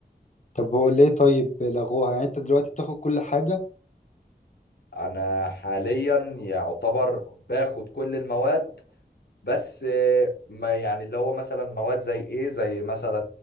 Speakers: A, on the left; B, on the left.
A: طب هو ليه طيب لغوها يعني انت دلوقتي بتاخد كل حاجه
B: انا حاليا يعتبر باخد كل المواد بس آه، ما يعني اللي هو مثلا مواد زي ايه زي مثلا